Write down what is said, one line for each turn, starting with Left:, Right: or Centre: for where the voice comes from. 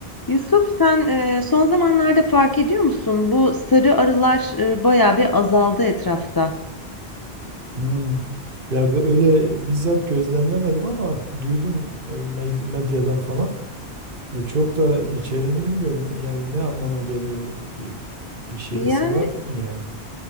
Left: Yusuf, sen e, son zamanlarda fark ediyor musun? Bu sarı arılar e, bayağı bir azaldı etrafta.
Right: Hmm. Ya bö- öyle bizzat gözlemlemedim ama duydum e, med- medyadan falan. E, çok da içeriğini bilmiyorum. Yani ne anlama geliyor bir, bir şeysi
Left: Yani
Right: var mı yani?